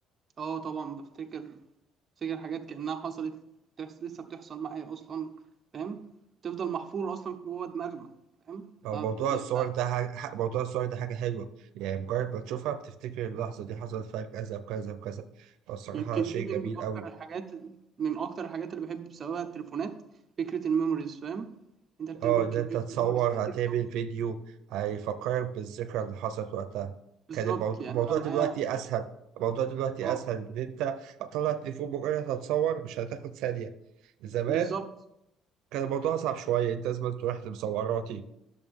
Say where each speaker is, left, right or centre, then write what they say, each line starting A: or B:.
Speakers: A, on the right (about 30°); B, on the right (about 80°).
A: اه طبعا بفتكر بفتكر حاجات كأنها حصلت بتحس... لسه بتحصل معايا اصلا فاهم تفضل محفورة اصلا جوه دماغنا فاهم
B: هو
A: ما
B: موضوع
A: بت... ما...
B: الصور ده حاجة... ح- موضوع الصور ده حاجه حلوه يعني مجرد ما تشوفها بتفتكر اللحظه دي حصل فيها كذا وكذا وكذا فالصراحه
A: يمكن
B: شيء
A: دي من
B: جميل
A: اكتر
B: قوي
A: الحاجات من اكتر الحاجات اللي بحب بسببها التليفونات فكرة الميموريز فاهم انت بتعمل
B: اه ان
A: كمية
B: انت تصور
A: ميموريز كتير
B: هتعمل
A: قوي
B: فيديو هيفكرك بالذكرى اللي حصلت وقتها
A: بالظبط
B: كان الموضوع
A: يعني
B: الموضوع
A: انا معايا
B: دلوقتي اسهل الموضوع دلوقتي
A: اه
B: اسهل ان انت هتطلع التليفون مجرد هتصور مش هتاخد ثانية زمان
A: بالظبط
B: كان الموضوع صعب شوية انت لازم تروح لمصوراتي